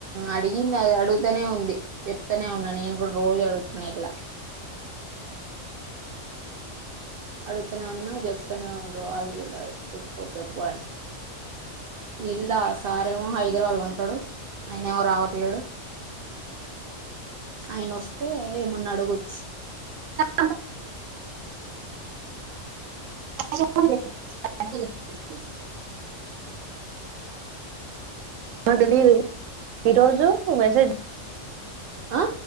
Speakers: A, on the right; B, on the right.
A: అడిగింది అది అడుగుతనే ఉంది చెప్తూనే ఉన్నా నేను కూడా రోజు అడుగుతున్నా ఇట్లా అడుగుతనే ఉన్నా జప్తనే ఉండు అల్ చూడాలి పో చెప్పుండి ఇల్లా సారేమో హైదరాబాద్ లో ఉంటాడు ఆయన ఏమో రావట్లేడు ఆయన వస్తే ఏమన్నా అడగచ్చు
B: ఆ ఆ తెలియదు ఈరోజు మెసేజ్
A: ఆ